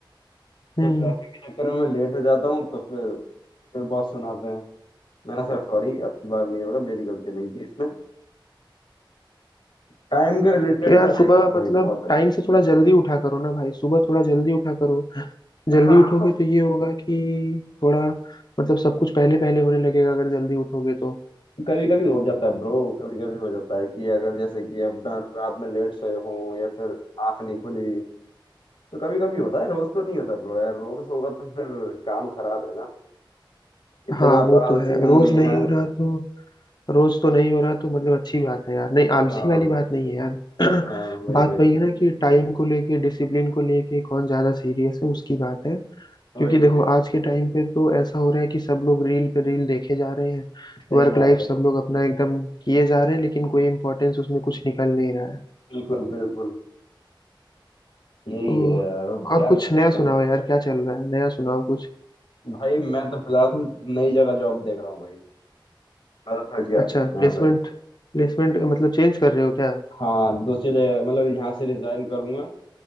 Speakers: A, on the left; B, on the left.
A: हम्म
B: तो ट्रैफिक के चक्कर में मैं लेट हो जाता हूँ तो फिर फिर बहुत सुनाते हैं मैं सर सॉरी अब की बार नहीं होगा मेरी गलती नहीं थी इसमें टाइम के रिलेटेड
A: तो यार
B: तो है
A: सुबह
B: ही
A: मतलब
B: भाई बहुत है
A: टाइम से थोड़ा जल्दी उठा करो ना भाई सुबह थोड़ा जल्दी उठा करो जल्दी
B: हाँ
A: उठोगे तो ये होगा कि थोड़ा मतलब सब कुछ पहले पहले होने लगेगा अगर जल्दी उठोगे तो
B: कभी कभी हो जाता है ब्रो कभी कभी हो जाता है कि अगर जैसे कि अपना रात में लेट सोए हो या फिर आंख नहीं खुली तो कभी कभी होता है रोज तो नहीं होता ब्रो यार रोज होगा तो फिर काम खराब है ना इतना
A: हाँ वो
B: तो आलसी
A: तो है
B: हूं
A: रोज
B: नहीं
A: नहीं
B: यार
A: हो रहा तो रोज तो नहीं हो रहा तो मतलब अच्छी बात है यार नहीं आलसी
B: हाँ
A: वाली बात नहीं है यार
B: हाँ
A: <clears throat>
B: वही
A: बात
B: वही
A: वही है ना कि टाइम को लेके डिसिप्लिन को लेके कौन ज्यादा सीरियस है उसकी बात है
B: वही
A: क्योंकि देखो
B: वही
A: आज के टाइम पे तो ऐसा हो रहा है कि सब लोग रील पे रील देखे जा रहे हैं
B: सही
A: वर्क
B: बात
A: लाइफ
B: है
A: सब लोग अपना एकदम किए जा रहे हैं लेकिन कोई इम्पोर्टेंस उसमें कुछ निकल नहीं रहा है
B: बिल्कुल बिल्कुल यही
A: तो
B: है यार अब
A: और
B: क्या
A: कुछ
B: कर सकते
A: नया सुनाओ
B: हैं
A: यार क्या चल रहा है नया सुनाओ कुछ
B: भाई मैं तो फिलहाल नई जगह जॉब देख रहा हूँ भाई मैं तो थक गया
A: अच्छा
B: यहाँ
A: प्लेसमेंट
B: पे
A: प्लेसमेंट मतलब चेंज कर रहे हो क्या
B: हाँ दूसरे मतलब यहाँ से रिजाइन करूंगा